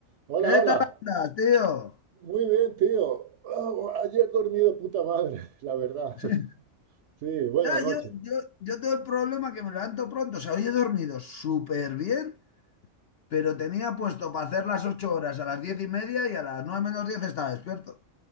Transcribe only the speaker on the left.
¿Qué
tal andas, tío?
<laughs>
Ya,
yo, yo, yo tengo el problema que me levanto pronto. O sea, hoy he dormido súper bien, pero tenía puesto para hacer las 8 horas a las 10 y media y a las nueve menos diez estaba despierto.